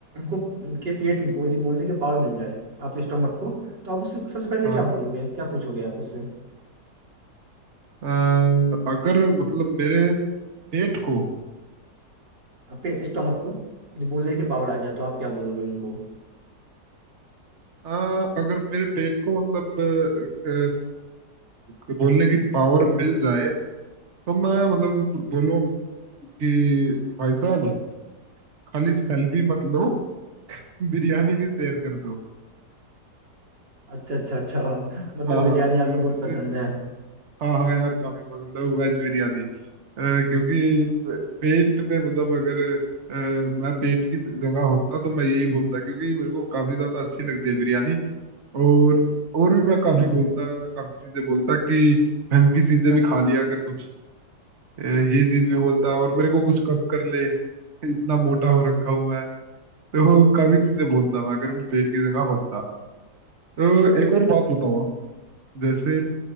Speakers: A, on the right (about 85°); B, on the right (about 45°).
A: को के पेट को यदि बोलने की पावर मिल जाए आपके स्टमक को तो आप उससे सबसे पहले
B: हाँ
A: क्या बोलोगे क्या पूछोगे आप उससे
B: अ, अगर मतलब मेरे पेट को
A: आप पेट स्टमक को यदि बोलने की पावर आ जाए तो आप क्या बोलोगे उनको
B: अ, अगर मेरे पेट को मतलब अ, अ, बोलने की पावर मिल जाए तो मैं मतलब बोलूँ कि भाई साहब खाली सेल्फी मत लो <laughs> बिरयानी भी शेयर कर दो
A: अच्छा अच्छा अच्छा <laughs> मतलब
B: हाँ
A: बिरयानी आपको
B: जैसे
A: बहुत पसंद है
B: हाँ हाँ यार काफी पसंद है वो वेज बिरयानी अ, क्योंकि प- पेट में मतलब अगर अ, मैं पेट की जगह होता तो मैं यही बोलता क्योंकि मेरे को काफी ज्यादा अच्छी लगती है बिरयानी और और भी मैं काफी बोलता काफी चीजें बोलता कि ढंग की चीजें भी खा लिया अगर कुछ अ, ये चीज भी बोलता और मेरे को कुछ कम कर ले इतना मोटा हो रखा हूं मैं तो काफी चीजें बोलता मैं अगर मैं पेट की जगह होता तो एक और बात बताओ आप जैसे